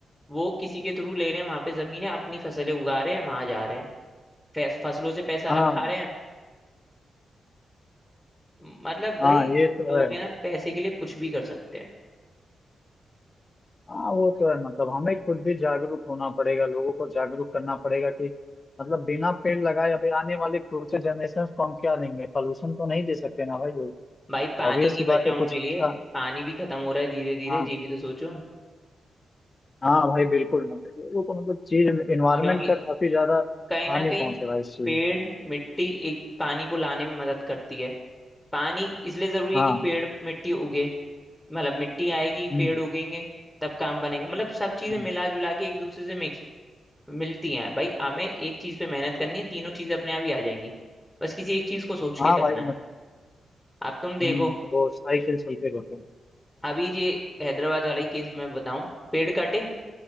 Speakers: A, in the centre; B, on the left.
A: वो किसी के थ्रू ले रहे हैं वहां पे जमीन है अपनी फसलें उगा रहे हैं वहां जा रहे हैं फैस- फसलों से पैसा अलग
B: हाँ
A: खा रहे हैं मतलब भाई
B: हाँ ये तो
A: लोग
B: है
A: है ना पैसे के लिए कुछ भी कर सकते हैं
B: हाँ वो तो है मतलब हमें खुद भी जागरूक होना पड़ेगा लोगों को जागरूक करना पड़ेगा कि मतलब बिना पेड़ लगाए अभी आने वाले फ्यूचर जनरेशन को हम क्या देंगे पॉल्यूशन तो नहीं दे सकते ना भाई
A: भाई पानी
B: ऑब्वियस
A: नहीं
B: सी बात
A: बचा
B: है कुछ
A: उनके
B: अच्छा
A: लिए पानी भी खत्म हो रहा है धीरे धीरे
B: हाँ
A: ये भी तो सोचो
B: हाँ भाई बिल्कुल मतलब लोगों को मतलब चीज इन्वायरमेंट
A: क्योंकि
B: का काफी ज्यादा
A: कहीं ना
B: हानि
A: कहीं
B: पहुंच रहा है इस चीज
A: पेड़
B: की
A: मिट्टी एक पानी को लाने में मदद करती है पानी इसलिए जरूरी
B: हाँ
A: है कि पेड़ मिट्टी उगे मतलब मिट्टी आएगी
B: हम्म
A: पेड़ उगेंगे तब काम बनेगा मतलब सब चीजें
B: हम्म।
A: मिला जुला के एक दूसरे से मिक्स मिलती हैं भाई हमें एक चीज पे मेहनत करनी है तीनों चीजें अपने आप ही आ जाएंगी बस किसी एक चीज को सोच के
B: हाँ
A: करना
B: भाई
A: है
B: मत
A: अब तुम देखो
B: हम्म, वो साइकिल चलते रहते हैं
A: अभी ये हैदराबाद वाला ही केस मैं बताऊं पेड़ कटे